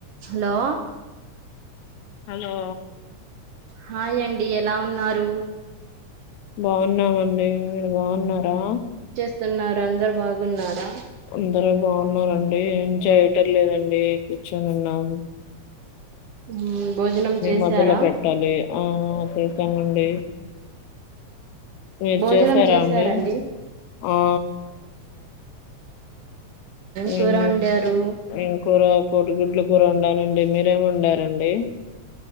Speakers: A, on the right; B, on the left.
A: హాల్లో
B: hello
A: hi అండి ఎలా ఉన్నారు
B: బావు ఉన్నామండి మీరు బావున్నారా
A: తున్నారందరు బాగున్నారా
B: అందరూ బాగున్నారండి ఏం చేయటం లేదండి కూర్చొనున్నాము
A: మ్మ్ భోజనం చేసారా
B: మొదలు పెట్టాలి ఆ చేసామండి మీరు
A: భోజనం
B: చేసారా
A: చేసారండి
B: అండి ఆ
A: కూర
B: ఏం
A: వండారు
B: ఏమ్ కూర కోడిగుడ్ల కూర వొండానండి మీరేమి వొండారండి